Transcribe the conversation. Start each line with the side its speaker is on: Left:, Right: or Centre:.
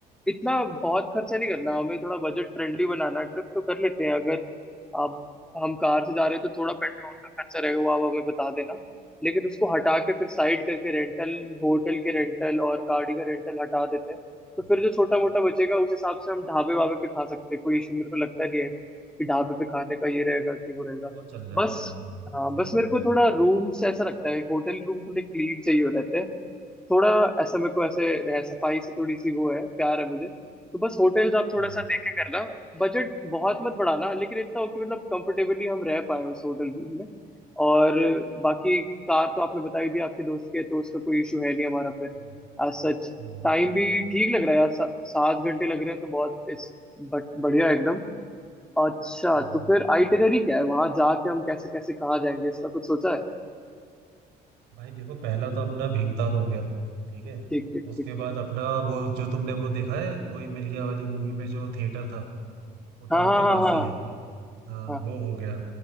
Centre: इतना बहुत खर्चा नहीं करना हमें थोड़ा बजट फ्रेंडली बनाना ट्रिप तो कर लेते हैं अगर आप हम कार से जा रहे हैं तो थोड़ा पेट्रोल का खर्चा रहेगा वो आप हमें बता देना लेकिन उसको हटा के फिर साइड करके रेंटल होटल के रेंटल और गाड़ी का रेंटल हटा देते हैं
Right: हम्म,
Centre: तो फिर जो छोटा मोटा बचेगा उस हिसाब से हम ढाबे वाबे पे खा सकते हैं कोई इशू मेरे को लगता नहीं है कि ढाबे पे खाने का ये रहेगा कि वो रहेगा
Right: वो चल जाएगा
Centre: बस
Right: हाँ
Centre: हाँ
Right: सही
Centre: बस मेरे
Right: है वो।
Centre: को थोड़ा रूम से ऐसा लगता है होटल रूम थोड़े क्लीन चाहिए हो रहते हैं थोड़ा ऐसा मेरे को ऐसे रह सफाई से थोड़ी सी वो है प्यार है मुझे तो बस होटल्स आप थोड़ा
Right: हाँ
Centre: सा
Right: हाँ
Centre: देखे करना बजट बहुत मत बढ़ाना लेकिन इतना हो कि मतलब कंफर्टेबली हम रह पाए उस होटल रूम में और बाकी कार तो आपने बता ही दी आपके दोस्त के तो उसका कोई इशू है नहीं हमारा फिर
Right: हम्म
Centre: एज सच
Right: हम्म
Centre: टाइम भी ठीक लग रहा है यार सा, सात घंटे लग रहे हैं तो बहुत इस बट बढ़िया है अच्छा
Right: हम्म, हम्म।
Centre: तो फिर आइटिनरी क्या है वहां जाके हम कैसे कैसे कहाँ जाएंगे इसका कुछ सोचा है
Right: भाई देखो पहला तो अपना भीमताल हो गया ठीक है
Centre: ठीक ठीक
Right: उसके
Centre: ठीक
Right: बाद
Centre: ठीक
Right: अपना वो जो तुमने वो देखा है कोई मिल गया वाली मूवी में जो थिएटर था कोताल
Centre: हाँ हाँ
Right: के
Centre: हाँ
Right: पास
Centre: हाँ
Right: ही है हाँ
Centre: हाँ
Right: वो हो गया